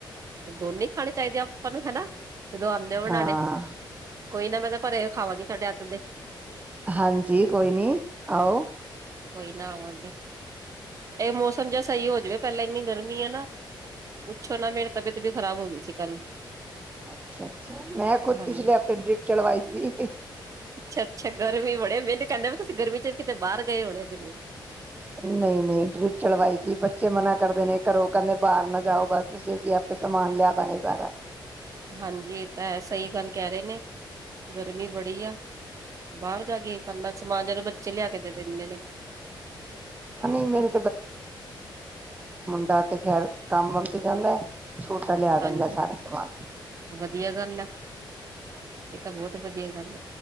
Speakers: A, on the right (about 40°); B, on the right (about 20°).
A: ਦੋਨੇ ਖਾਣੇ ਚਾਹੀਦੇ ਆ ਆਪਾਂ ਨੂੰ ਹੈਨਾ। ਜਦੋਂ ਆਉਂਦੇ ਓ ਬਣਾਣੇ।
B: ਹਾਂ
A: ਕੋਈ ਨਾ ਮੈਂ ਤਾਂ ਭਰੇ ਹੋਏ ਖਾਵਾਂਗੀ ਤੁਹਾਡੇ ਹੱਥ ਦੇ।
B: ਹਾਂਜੀ ਕੋਈ ਨੀ ਆਓ।
A: ਕੋਈ ਨਾ ਆਵਾਂਗੇ ਇਹ ਮੌਸਮ ਜ ਸਹੀ ਹੋ ਜਾਵੇ ਪਹਿਲਾਂ ਇੰਨੀ ਗਰਮੀ ਆ ਨਾ ਪੁੱਛੋ ਨਾ ਮੇਰੀ ਤਬੀਅਤ ਵੀ ਖ਼ਰਾਬ ਹੋ ਗਈ ਸੀ ਕਲ।
B: ਅੱਛਾ ਅੱਛਾ ਮੈਂ ਖੁਦ
A: ਹਾਂਜੀ
B: ਪਿਛਲੇ ਹਫ਼ਤੇ ਡਰਿਪ ਚਲਵਾਈ ਸੀ।
A: ਅੱਛਾ ਅੱਛਾ ਗਰਮੀ ਬੜੇ ਮੈਨੂੰ ਕਹਿੰਦੇ ਵੀ ਤੁਸੀਂਰਮੀ ਚ ਵੀ ਕਿਤੇ ਬਾਹਰ ਗ ਹੋਣੇ ਜ਼ਰੂਰ
B: ਨਹੀਂ ਨਹੀਂ ਡਰਿਪ ਚੜਵਾਈ ਸੀ ਬੱਚੇ ਮਨਾ ਕਰਦੇ ਨੇ ਘਰੋਂ ਕਹਿੰਦੇ ਬਾਹਰ ਨਾ ਜਾਓ ਬਸ ਤੁਸੀਂ ਅਸੀਂ ਆਪੇ ਸਮਾਨ ਲਿਆ ਦਾਂਗੇ ਸਾਰਾ।
A: ਹਾਂਜੀ ਇਹ ਤਾਂ ਹੈ ਸਹੀ ਗੱਲ ਕਹਿ ਰਹੇ ਨੇ ਗਰਮੀ ਬੜੀ ਆ, ਬਾਹਰ ਜਾ ਕੇ ਕਰਨਾ ਸਮਾਨ ਜਦੋਂ ਬੱਚੇ ਲਿਆ ਕੇ ਦੇ ਦੇ ਦਿੰਦੇ ਨੇ।
B: ਨਹੀਂ ਮੇਰੇ ਡਾ ਤੇ ਖੈਰ ਕੰਮ ਮੁੱਕ ਜਾਂਦਾ ਏ ਛੋਟਾ ਲਿਆ ਦਿਂਦਾ
A: ਹਾਂਜੀ
B: ਹੈ ਸਾਰਾ ਸਮਾਨ।
A: ਵਧੀਆ ਗੱਲ ਇਹ ਤਾਂ ਬਹੁਤ ਵਧੀ ਵਧੀਆ ਗੱਲ